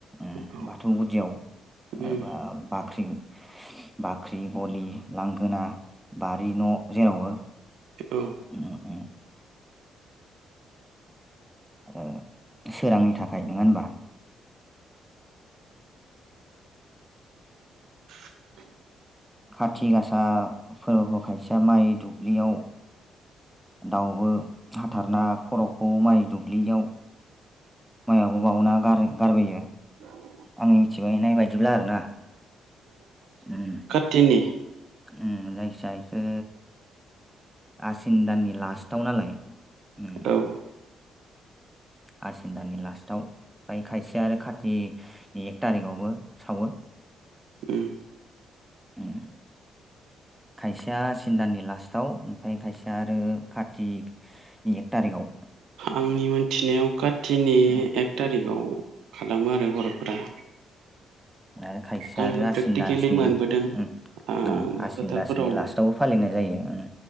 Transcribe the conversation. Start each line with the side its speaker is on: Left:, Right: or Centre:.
Centre: ओम
Right: औ
Centre: बाथौ गुदियाव
Right: उम
Centre: ओबा-बाख्रि बाख्रि, गलि, लांगोना, बारि, न' जेरावबो
Right: औ।
Centre: ओ ओ। ओ सोरांनि थाखाय नङा होनबा?
Right: <inaudible>
Centre: खाथि गासा फोरबोआव खायसेया माइ दुब्लियाव दाउबो हाथारना खर'खौ माइ दुब्लियाव माइआवबो बाउना गार-गारबोयो।
Right: <inaudible>
Centre: आंनि मिथिबायनाय बायदिब्ला आरोना, ओम।
Right: तिनि
Centre: ओम जायखिजाया इखौ आसिन दाननि लास्टाव नालाय ओम।
Right: औ। <inaudible>
Centre: आसिन दाननि लास्टाव ओमफ्राय खायसे आरो खाथिनि एक थारिखआवबो सावो।
Right: ओम।
Centre: ओम। खायसेया आसिन दाननि लास्टआव, ओमफ्राय खायसेया आरो कातिनि एक थारिखआव।
Right: आंनि मोनथिनायाव खाथिनि
Centre: उम
Right: एक थारिखआव। खालामो आरो बर'फोरा।
Centre: ओ आरो खायसेया
Right: आंबो
Centre: आरो आसिन
Right: प्रेक्टिकेलि
Centre: आसिननि
Right: मोनबोदों
Centre: ओ
Right: आंबो
Centre: ओम आसिन
Right: फोथारफोराव
Centre: दासनि लास्टावबो फालिनाय जायो, ओम।